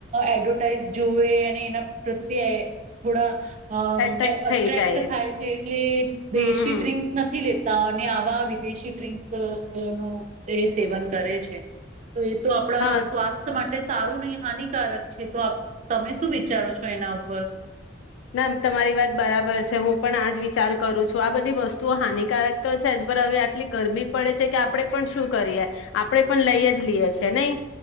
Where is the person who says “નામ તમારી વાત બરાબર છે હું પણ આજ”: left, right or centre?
Left